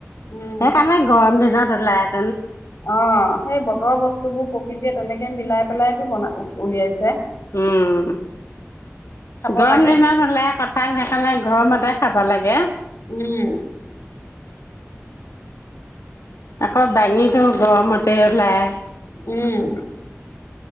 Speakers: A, on the left; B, on the left.
A: উম,
B: সেইকাৰণে গৰম দিনত <unintelligible>
A: অ', সেই বতৰৰ বস্তু বোৰ এতিয়া তেনেকে মিলাই পেলাইতো বনাই উলিয়াইছে।
B: উম',
A: খাব
B: গৰম
A: লাগে।
B: দিনত ওলাই কঠাল, সেইকাৰণে গৰমতে খাব লাগে।
A: উম
B: আকৌ বাাঙিটো গৰমতে ওলাই
A: উম',।